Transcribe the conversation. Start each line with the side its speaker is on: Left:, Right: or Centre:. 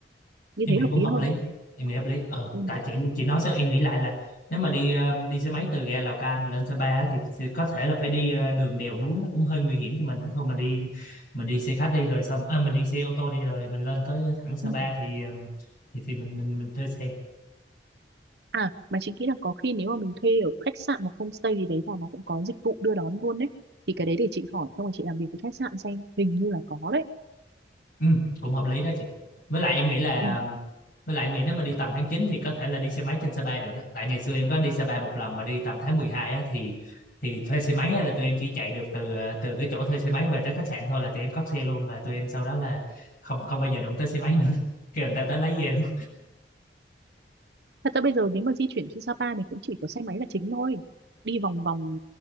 Right: như
Left: em
Right: thế
Left: nghĩ
Right: hợp
Left: cũng
Right: lý
Left: hợp
Right: hơn
Left: lý
Right: á
Left: em nghĩ hợp lý ờ
Right: ừ.
Left: tại chị chị nói sao em nghĩ lại là nếu mà đi ờ, đi xe máy từ ga Lào Cai mà lên Sa Pa á, thì thì có thể là phải đi ờ, đường đèo núi nó cũng hơi nguy hiểm cho mình đó thôi mình đi mình đi xe khách đi rồi xong à, mình đi xe ô tô đi rồi mình lên tới thẳng Sa
Right: Ừ.
Left: Pa thì ờ, thì thì mình mình mình thuê xe
Right: à mà chính nghĩ là có khi nếu mà mình thuê ở khách sạn hoặc homestay gì đấy là nó cũng có dịch vụ đưa đón luôn đấy thì cái đấy để chị hỏi xong rồi chị làm việc với khách sạn xem hình như là có đấy
Left: ừ, cũng hợp lý đó chị với lại em nghĩ là
Right: ừ.
Left: Với lại Mỹ nếu mà đi tầm tháng 9 thì có thể là đi xe máy trên Sapa được á. Tại ngày xưa em có đi Sapa một lần mà đi tầm tháng 12 á thì thì thuê xe máy á là tụi em chỉ chạy được từ ờ, từ cái chỗ thuê xe máy về tới khách sạn thôi là tụi em cót xe luôn và tụi em sau đó là không không bao giờ đụng tới xe máy nữa. <laughs> Kêu người ta tới lấy về luôn.
Right: thật ra bây giờ nếu mà di chuyển trên Sapa thì cũng chỉ có xe máy là chính thôi đi vòng vòng